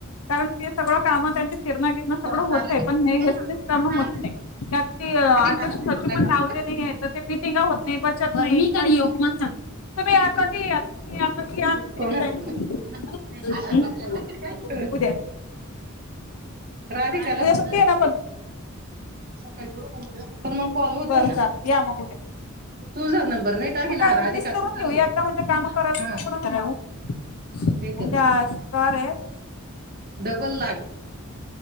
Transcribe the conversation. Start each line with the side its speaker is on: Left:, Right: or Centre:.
Left: कारण ते सगळं कामं त्यांचे फिरणं गिरणं सगळं
Right: कॉल चालू
Left: होतय
Right: आहे. लागेल
Left: पण हे हेच तेच कामं
Right: ना.
Left: होत नाय. त्यात ते अध्यक्ष
Right: आधी करायला
Left: सचिव
Right: लागला
Left: पण लावले
Right: का?
Left: नाय ये त ते मीटिंगा होत नाही बचत नाही बरं मी कधी येऊ. हो म सांग <unintelligible>
Right: अशा
Left: <unintelligible>
Right: बसल्या बसल्या राधिकाला
Left: उद्या सुट्टी
Right: ना
Left: आहे पण
Right: प मग कॉल होत
Left: बरं
Right: ना
Left: चालेल या मग उद्या
Right: तुझा नंबर नाही टाकेला
Left: मग काय
Right: हा राधिकाचा
Left: निस्तरून
Right: चालू
Left: घेयू
Right: आहे
Left: एकदा, म्हणजे कामं करायला
Right: हा
Left: मोकळ करायला मोकळ
Right: ते का
Left: उद्या शुक्रवार आहे.
Right: डबल